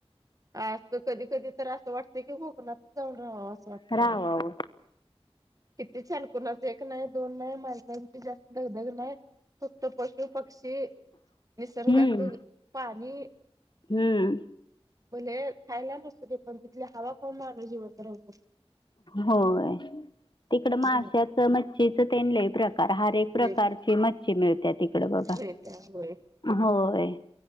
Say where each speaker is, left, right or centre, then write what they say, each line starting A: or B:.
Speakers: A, on the right; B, on the left.
A: असं कधी कधी तर असं वाटतय की कोकणातच जाऊन राव्हावं असं वाटतंय
B: रावावर
A: अवो किती छान कुणाच एक नाही दोन नाही माणसांची जास्त दगधग नाही. फक्त पशु पक्षी निसर्गाच
B: हम्म
A: पाणी
B: हम्म
A: भले खायला नसूदे पण तिथली हवा खाऊन माणूस जिवंत राहू शक
B: होय तिकड माशाचं
A: हं,
B: मच्छीचं तेण लई प्रक हर एक प्रकारची
A: लय प्रकार
B: मच्छी मिळत्या तिकड बघा
A: मिळत्या होय
B: होय